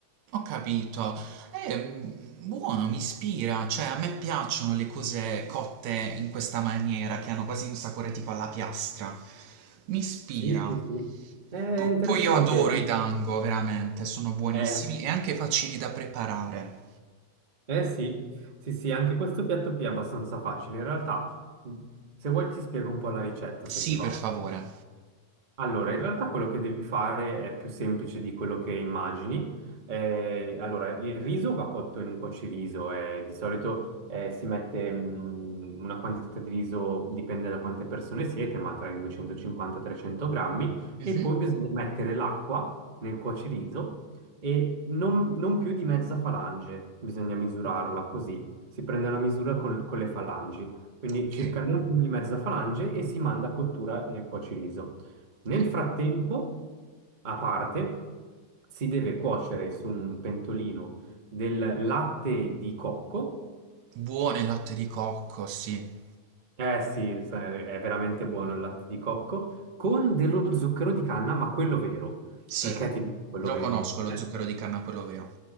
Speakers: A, on the right; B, on the right.
A: Ho capito. È buono, mi ispira, cioè a me piacciono le cose cotte in questa maniera, che hanno quasi un sapore tipo alla piastra. Mi ispira.
B: Sì, sì, sì. È interessante.
A: P- poi io adoro i dango, veramente, sono buonissimi
B: Eh,
A: e anche facili da preparare.
B: eh sì, sì, sì, anche questo piatto qui è abbastanza facile. In realtà, se vuoi ti spiego un po' la ricetta, se
A: Sì,
B: ti va.
A: per favore.
B: Allora, in realtà quello che devi fare è più semplice di quello che immagini. Eh, allora, il riso va cotto in un cuociriso, eh, di solito eh, si mette mm, una quantità di riso, dipende da quante persone siete, ma tra i 250 e 300 grammi,
A: Mhm.
B: e poi bisogna mettere l'acqua nel cuociriso e non, non più di mezza falange, bisogna misurarla così, si prende una misura con, con le falangi, quindi
A: Ok.
B: circa non più di mezza falange e si manda a cottura nel cuociriso. Nel
A: Mm.
B: frattempo, a parte, si deve cuocere su un pentolino del latte di cocco.
A: Buono il latte di cocco, sì.
B: Eh sì, sa- è veramente buono il latte di cocco, con dello zucchero di canna, ma quello vero.
A: Sì,
B: Perché ti dico quello
A: lo
B: vero?
A: conosco lo
B: Eh.
A: zucchero di canna, quello vero.